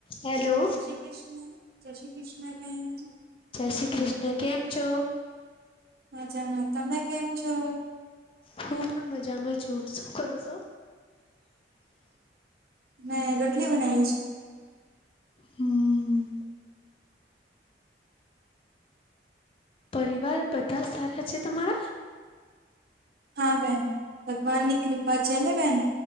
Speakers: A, on the left; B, on the right.
A: Hello
B: જય શ્રી કૃષ્ણ જય શ્રી કૃષ્ણા બેન.
A: જય શ્રી કૃષ્ણ કેમ છો?
B: મજા તમે કેમ છો?
A: હું પણ મજામાં છું શું કરો સો?
B: મેં રોટલી બનાઇ શું.
A: હમ્મ. પરિવાર બધા સારા છે તમારા.
B: હા બેન ભગવાન ની કૃપા છે ને બેન.